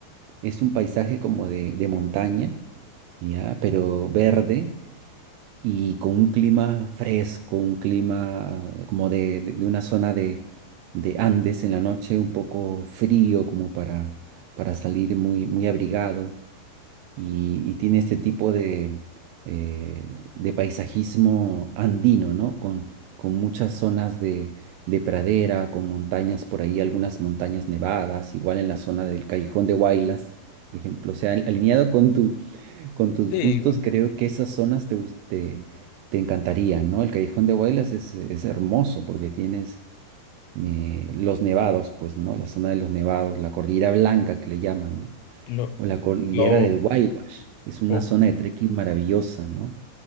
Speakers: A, on the right (about 85°); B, on the left (about 80°).
A: Es un paisaje como de, de montaña, ¿ya? Pero verde y con un clima fresco, un clima como de, de- de una zona de, de Andes en la noche, un poco frío como para, para salir muy, muy abrigado y, y tiene este tipo de, eh, de paisajismo andino, ¿no? Con, con muchas zonas de, de pradera, con montañas por ahí, algunas montañas nevadas, igual en la zona del Callejón de Huaylas, por ejemplo. O sea, al- alineado con tu, con tus
B: Sí,
A: gustos,
B: bueno,
A: creo que esas zonas te, gus- te, te encantarían, ¿no? El Callejón de Huaylas es, es hermoso porque tienes... eh, los nevados, pues, ¿no? La zona de los nevados, la Cordillera Blanca que le llaman, ¿no?
B: lo,
A: O la cordillera
B: lo,
A: del Waiwash. Es una
B: o-
A: zona de trekking maravillosa, ¿no?